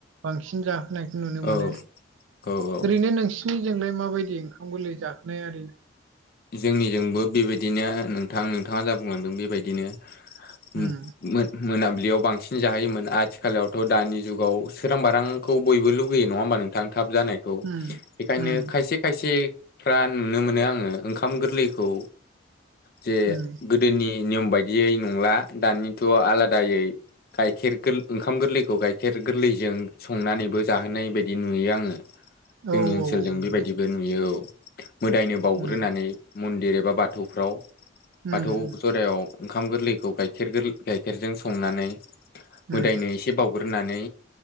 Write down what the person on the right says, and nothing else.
बांसिन जाहोन होनायखौ नुनो
मोनो
ओरैनो नोंसिनिजोंलाय माबायदि ओंखाम गोरलै जाहोनाय आरि
उम
उम
उम
उम
औ
औ नंगौ
उम
उम
उम